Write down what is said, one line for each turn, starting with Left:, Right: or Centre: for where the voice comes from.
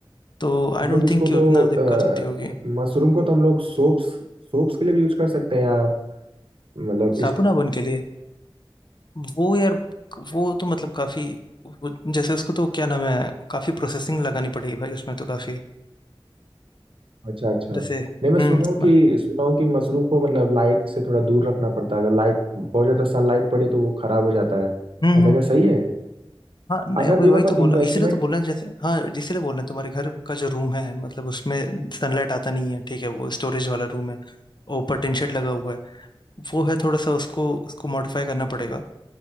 Left: तो आई
Right: हम
Left: डोंट
Right: लोग इसको
Left: थिंक कि
Right: तो
Left: उतना
Right: अ,
Left: दिक्कत होती होगी
Right: मशरूम को तो हम लोग सोप्स सोप्स के लिए भी यूज कर सकते हैं या मतलब इस
Left: साबुना बन के लिए वो यार वो तो मतलब काफी वो- जैसे उसको तो क्या नाम है काफी प्रोसेसिंग लगानी पड़ेगी भाई उसमें तो काफी
Right: अच्छा, अच्छा।
Left: जैसे
Right: नहीं मैं
Left: हम्म
Right: सुना हूँ कि
Left: बा-
Right: सुना हूँ कि मशरूम को मतलब लाइट से थोड़ा दूर रखना पड़ता है। अगर लाइट बहुत ज़्यादा सनलाइट पड़े तो वो खराब हो जाता है।
Left: हम्म
Right: ऐसा
Left: हम्म,
Right: क्या सही है?
Left: हाँ नहीं,
Right: अच्छा
Left: वही
Right: तो ये
Left: वही
Right: बताओ
Left: तो बोला
Right: इन्वेस्टमेंट
Left: इसीलिए तो बोला जैसे हाँ इसीलिए बोल रहे हैं तुम्हारे घर का जो रूम है मतलब उसमें सनलाइट आता नहीं है ठीक है वो स्टोरेज वाला रूम है और ऊपर टिन शेड लगा हुआ है वो है थोड़ा सा उसको उसको मॉडिफाई करना पड़ेगा